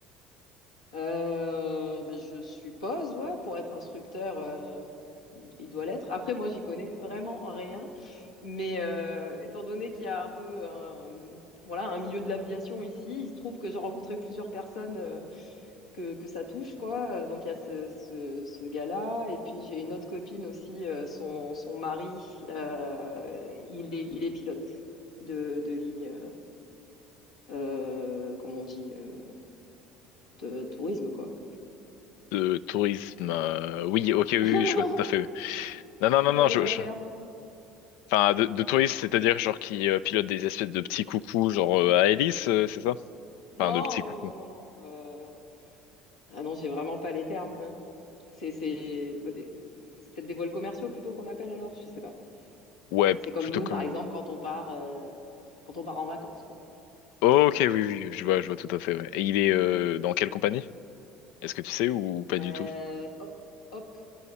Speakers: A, on the left (about 85°); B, on the left (about 65°).
A: Euh, bah, je suppose, ouais, pour être instructeur, euh, il, il doit l'être. Après, moi, j'y connais vraiment rien. Mais euh, étant donné qu'il y a un peu un, voilà, un milieu de l'aviation ici, il se trouve que j'ai rencontré plusieurs personnes euh, que, que ça touche, quoi. Euh, Donc il y a ce, ce, ce gars-là, et puis j'ai une autre copine aussi, euh, son, son mari, euh, il est, il est pilote de, de ligne, euh, comment on dit, euh, de tourisme, quoi.
B: De tourisme? euh, oui, ok, oui, oui,
A: <laughs> Non,
B: je vois tout à fait. oui. Non, non, non,
A: c'est
B: non,
A: pas
B: je,
A: les bons
B: je-
A: termes.
B: enfin, de, de tourisme, c'est-à-dire genre qui euh, pilote des espèces de petits coucous, genre euh, à hélice, euh, c'est ça? Enfin,
A: Non,
B: de petits coucous.
A: non, non, non, non. euh, Ah non, j'ai vraiment pas les termes. hein. C'est c'est- bah, des- c'est peut-être des vols commerciaux plutôt qu'on appelle alors, je sais pas.
B: Ouais,
A: C'est comme
B: plutôt
A: nous,
B: comme.
A: par exemple, quand on part, euh, quand on part en vacances, quoi.
B: Ok, oui, oui, oui, je vois, je vois tout à fait. ouais. Et il est euh, dans quelle compagnie? Est-ce que tu sais ou pas
A: Euh,
B: du tout?
A: ho- hop,